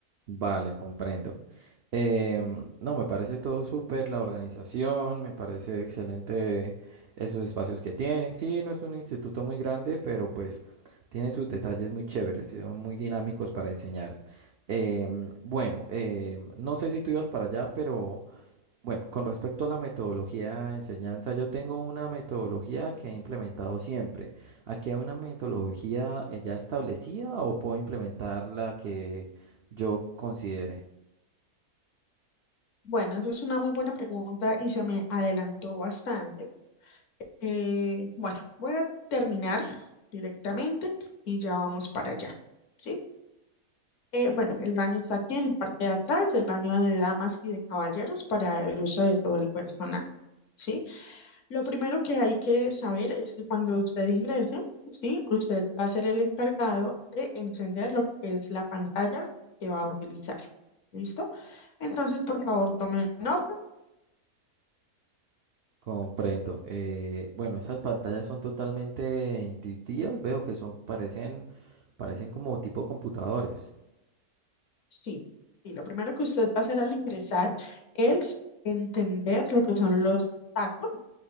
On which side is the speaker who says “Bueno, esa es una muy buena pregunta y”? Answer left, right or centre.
Left